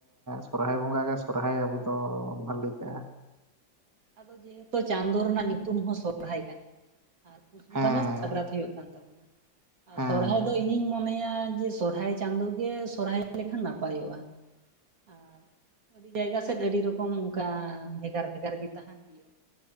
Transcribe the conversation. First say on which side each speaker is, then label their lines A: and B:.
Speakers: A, on the right (about 15°); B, on the right (about 50°).
A: ᱥᱚᱨᱦᱟᱭ ᱵᱚᱸᱜᱟ ᱜᱮ ᱥᱚᱨᱦᱟᱭ ᱟᱵᱚᱫᱚ ᱵᱷᱟᱞᱤᱜ-ᱟ
B: ᱟᱫᱚ ᱡᱮᱦᱮᱛᱩ ᱪᱟᱸᱫᱚ ᱨᱮᱱᱟᱜ ᱧᱩᱛᱩᱢ ᱦᱚᱸ ᱥᱚᱨᱦᱟᱭ ᱠᱟᱱᱟ ᱟᱨ ᱯᱩᱥ ᱵᱚᱸᱜᱟ
A: ᱦᱮᱸ
B: ᱢᱟ ᱥᱟᱠᱨᱟᱛ ᱦᱩᱭᱩᱜ ᱠᱟᱱ ᱛᱟᱵᱚᱱᱟ ᱟᱨ
A: ᱦᱮᱸ
B: ᱥᱚᱨᱦᱟᱭ ᱫᱚ ᱤᱧᱤᱧ ᱢᱚᱱᱮ ᱡᱮ ᱥᱚᱨᱦᱟᱭ ᱪᱟᱸᱫᱚ ᱜᱮ ᱥᱚᱨᱦᱟᱭ ᱞᱮᱠᱷᱟᱱ ᱱᱟᱯᱟᱭᱚᱜᱼᱟ ᱟᱨ ᱟᱹᱰᱤ ᱡᱟᱭᱜᱟ ᱥᱮᱫ ᱟᱹᱰᱤ ᱨᱚᱠᱚᱢ ᱚᱱᱠᱟ ᱵᱷᱮᱜᱟᱨ ᱵᱷᱮᱜᱟᱨ ᱜᱮ ᱛᱟᱦᱮᱱ ᱜᱮᱭᱟ